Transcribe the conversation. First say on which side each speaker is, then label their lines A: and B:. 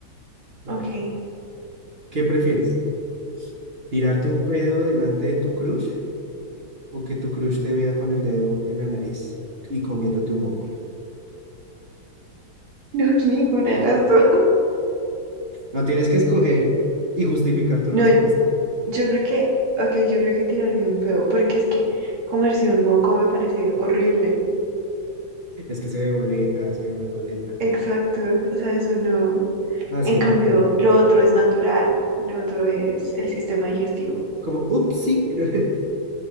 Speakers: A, on the right; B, on the right.
A: A
B: Ok.
A: ver, ¿qué prefieres? ¿Tirarte un pedo delante de tu crush o que tu crush te vea con el dedo en la nariz y comiéndote un moco.
B: No, <laughs> ninguna de las dos.
A: No tienes que escoger y justificar tu
B: No,
A: respuesta.
B: Yo creo que, ok, yo creo que tirarme un peo, porque es que comerse un moco me parece horrible.
A: Es que se ve boleta, se ve boleta.
B: Exacto, o sea, eso no.
A: Ah, sí,
B: En cambio,
A: te apoyo.
B: lo otro es natural, lo otro es el sistema digestivo.
A: Como, ups, sí. <laughs>